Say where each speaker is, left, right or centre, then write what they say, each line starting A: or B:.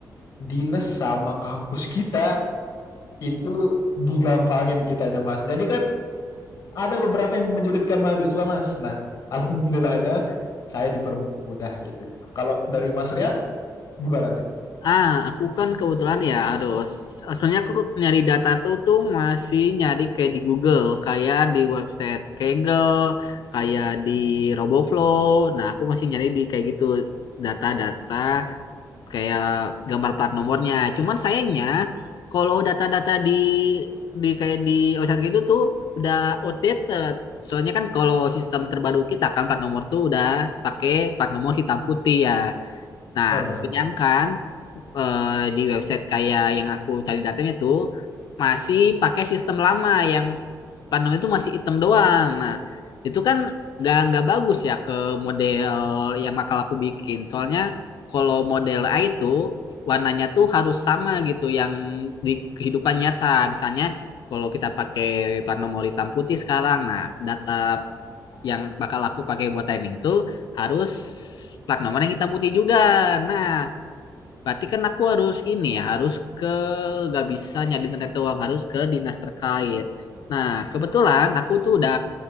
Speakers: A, on the left; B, on the left.
A: dinas sama kampus kita itu digampangin kitanya mas. Jadi kan ada beberapa yang menyulitkan mahasiswa mas. Nah <laughs> alhamdulillahnya saya dipermudah gitu. Kalau dari Mas Rian gimana nih?
B: Ah, aku kan kebetulan ya harus. soalnya aku nyari data tuh tuh masih nyari kayak di Google, kayak di website Kaggle, kayak di RoboFlow. Nah, aku masih nyari di kayak gitu data-data kayak gambar plat nomornya. Cuman sayangnya kalau data-data di di kayak di website kayak gitu tuh udah outdated. Soalnya kan kalau sistem terbaru kita kan plat nomor tuh udah pakai plat nomor hitam putih ya. Nah,
A: Benar benar.
B: sedangkan eh, di website kayak yang aku cari datanya tuh masih pakai sistem lama yang plat nomor itu masih hitam doang. Nah, itu kan nggak nggak bagus ya ke model yang bakal aku bikin. Soalnya kalau model A itu warnanya tuh harus sama gitu yang di kehidupan nyata. Misalnya kalau kita pakai plat nomor hitam putih sekarang, nah data yang bakal aku pakai buat training tuh harus plat nomor yang hitam putih juga. Nah, Berarti kan aku harus ini ya, harus ke gak bisa nyari internet doang, harus ke dinas terkait. Nah, kebetulan aku tuh udah